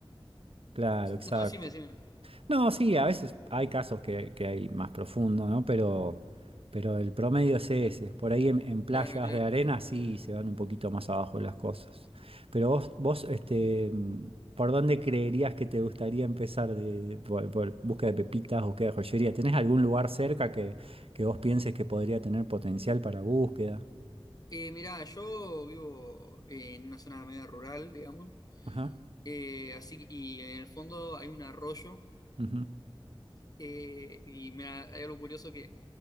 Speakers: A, on the right; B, on the left.
A: Claro,
B: sí.
A: exacto.
B: No, decime, decime.
A: No, sí, a veces hay casos que, que hay más profundo, ¿no? Pero, pero el promedio es ese. Por ahí en, en playas
B: Claro, claro.
A: de arena sí se van un poquito más abajo las cosas. Pero vos, vos, este, ¿por dónde creerías que te gustaría empezar de, por, por búsqueda de pepitas, búsqueda de joyería? ¿Tenés algún lugar cerca que, que vos pienses que podría tener potencial para búsqueda?
B: Eh, mirá, yo vivo en una zona media rural, digamos,
A: Ajá.
B: eh, así que- y en el fondo hay un arroyo
A: ujú.
B: eh, y mirá, hay algo curioso que